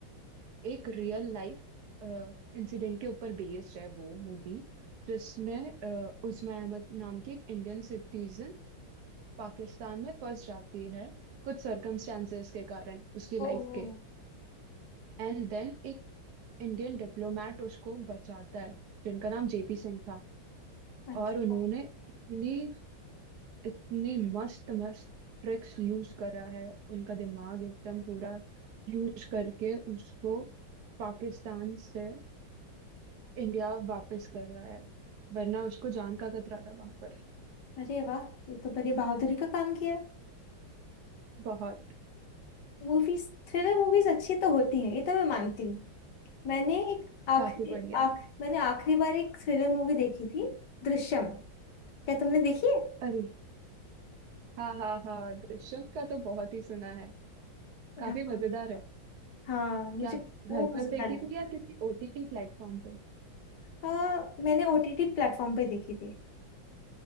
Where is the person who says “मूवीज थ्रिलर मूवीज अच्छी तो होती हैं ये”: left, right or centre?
Left